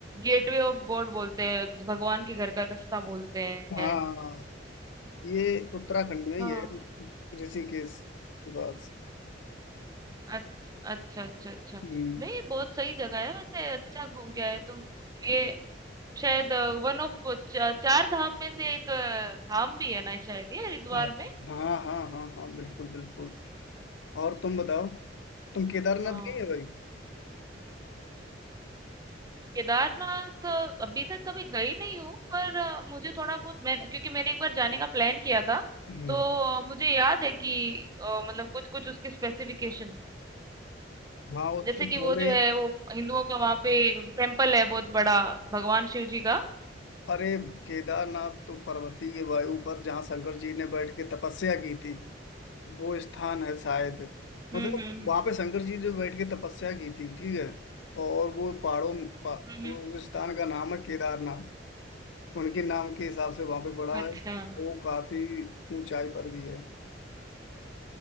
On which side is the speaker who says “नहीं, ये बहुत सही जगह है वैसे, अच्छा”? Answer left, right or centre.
Right